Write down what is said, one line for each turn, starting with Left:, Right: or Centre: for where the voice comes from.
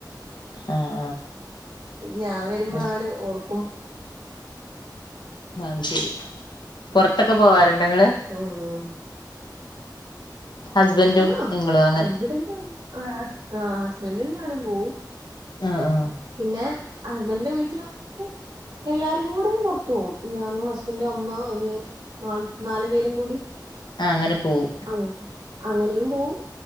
Left: ആഹ്
Right: ഞാൻ വരുമ്പോ
Left: ആഹ് അത് ശരി
Right: ആണ് ഓർക്കും
Left: അ അത്‌ ശരി പുറത്തൊക്കെ പോവാറുണ്ടോങ്ങൾ
Right: ഉം
Left: ഹസ്ബൻഡും
Right: ആഹ്
Left: നിങ്ങളും അങ്ങനെ
Right: ഇവിടെ ആ ഹസ്ബൻഡും ഞാനും പോവും
Left: ആഹ് ആഹ്
Right: പിന്നെ ഹസ്ബൻഡന്റെ വീട്ടിലാണെങ്കില് എല്ലാരും കൂടെയും പുറത്തു പോവും, ഞാനും ഹസ്ബൻഡും അമ്മ അനിയൻ നാൾ നാലു പേരും കൂടി
Left: ആഹ് അങ്ങനെ പോവും
Right: അങ്ങ് അങ്ങനെയും പോവും